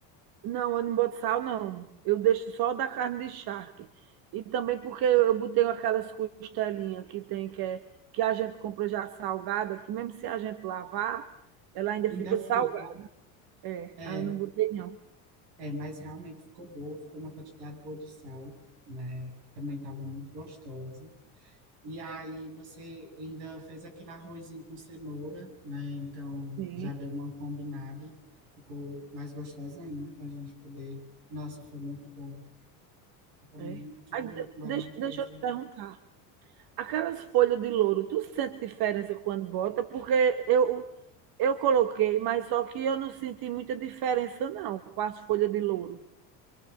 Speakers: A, on the right; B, on the right.
A: Não, eu não boto sal, não. Eu deixo só da carne de charque. E também porque eu botei aquelas costelinhas que tem, que, é, que a gente compra já salgada, que mesmo se a gente lavar, ela ainda
B: Ainda
A: fica
B: fica.
A: salgada. É,
B: É,
A: aí eu não botei, não.
B: É, mas realmente ficou boa, ficou uma quantidade boa de sal, né? Também estava muito gostosa. E aí você ainda fez aquele arrozinho com cenoura, né? Então
A: Sim.
B: já deu uma combinada, ficou mais gostosa ainda para a gente poder. Nossa, foi muito bom. Foi
A: É.
B: mu- tudo
A: Aí,
B: muito
A: de-
B: maravilhoso.
A: deixa, deixa eu te perguntar. Aquelas folhas de louro, tu sente diferença quando bota? Porque eu, eu coloquei, mas só que eu não senti muita diferença, não, com as folhas de louro.